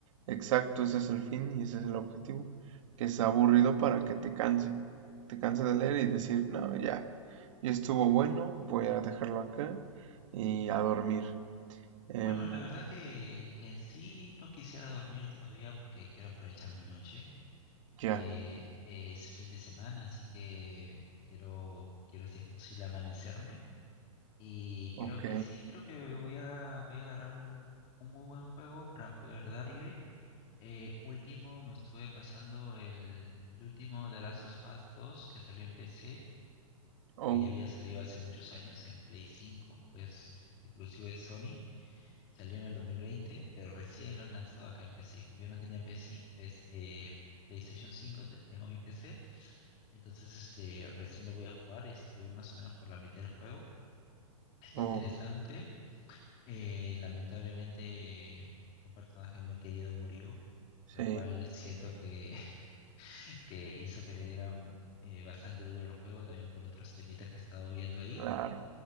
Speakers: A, on the right; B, on the left.
A: exacto, ese es el fin y ese es el objetivo. Que sea aburrido para que te canse. Te canse de leer y decir, no, ya, ya estuvo bueno, voy a dejarlo acá y a dormir. Em,
B: Bueno, la verdad que, que en sí no quisiera dormir todavía porque quiero aprovechar mi noche.
A: ya,
B: Eh, es fin de semana, así que quiero, quiero si es posible amanecerme. Y
A: ok.
B: creo que sí, creo que voy a, voy a agarrar un, un muy buen juego para poder darle. Eh, último, me estuve pasando el, el último de Last of Us 2 que salió en PC,
A: Oh,
B: que ya había salido hace muchos años en Play cinco es, es exclusivo de Sony. Salió en el 2020, pero recién lo han lanzado acá en PC. Y como yo no tenía PC, PS, eh, PlayStation 5, te- tengo mi PC. Entonces, este, recién lo voy a jugar. Este, voy más o menos por la mitad del juego. Está
A: oh,
B: interesante. Eh, lamentablemente, un personaje muy querido murió,
A: sí,
B: lo cual siento que, <laughs> que hizo que le dieran eh, bastante duro al juego, también por otros temitas que he estado viendo ahí.
A: claro.